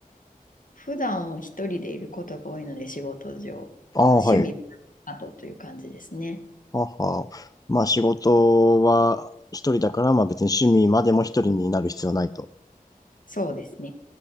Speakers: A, on the left; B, on the left.
A: 普段一人でいることが多いので、仕事上、
B: ああ、
A: あの趣味などという感じですね。
B: はい。はは。まあ仕事は一人だから、まあ別に趣味までも一人になる必要はないと。
A: そうですね。